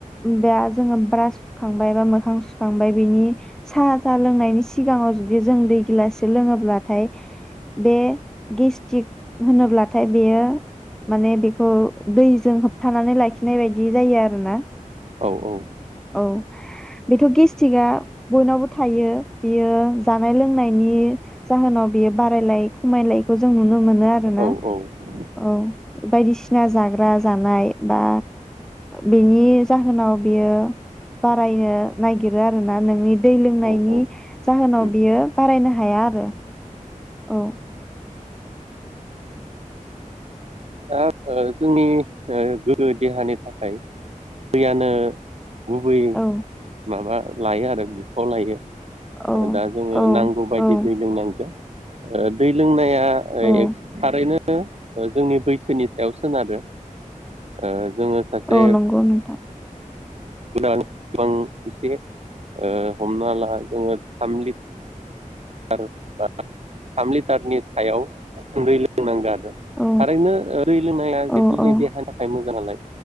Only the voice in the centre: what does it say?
बे जोङो ब्रास सुखांबाय बा मोखां सुखांबाय बिनि साहा साहा लोंनायनि सिगाङाव जुदि जों दै गिलाससे लोङोब्लाथाय बे गेस्टिक होनोब्लाथाय बेयो माने बेखौ दैजों होबथानानै लाखिनाय बायदि जायो आरो ना।
औ बेथ' गेस सिगाव बयनावबो थायो बियो जानाय लोंनायनि जाहोनाव बियो बारायलाय खमायलाय खौ जों नुनो मोनो आरोना।
औ बायदिसिना जाग्रा जानाय बा बिनि जाहोनाव बियो बारायनो नाय गिरो आरो ना नोंनि दै लोंनायनि
जाहोनाव
बियो बारायनो हा हाया आरो। औ।
औ
औ
औ
औ
औ
औ नंगौ नोंथां।
औ
औ
औ